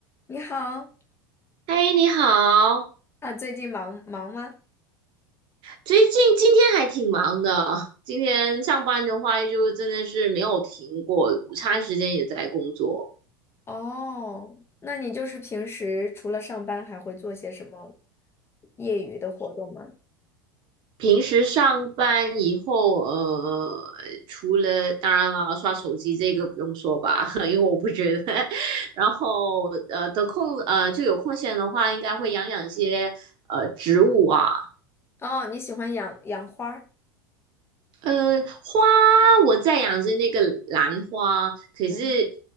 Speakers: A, on the left; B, on the right.
A: 你好，
B: 嗨，你好。
A: 啊，最近忙忙吗？
B: 最近今天还挺忙的，今天上班的话就真的是没有停过，午餐时间也在工作。
A: 哦，那你就是平时除了上班，还会做些什么业余的活动吗？
B: 平时上班以后，呃，除了当然了，刷手机这个不用说吧，<laughs> 因为我不觉得。<laughs> 然后呃，得空呃就有空闲的话，应该会养养些呃植物啊，
A: 哦，你喜欢养养花儿？
B: 呃，花我在养着那个兰花，可是
A: 嗯，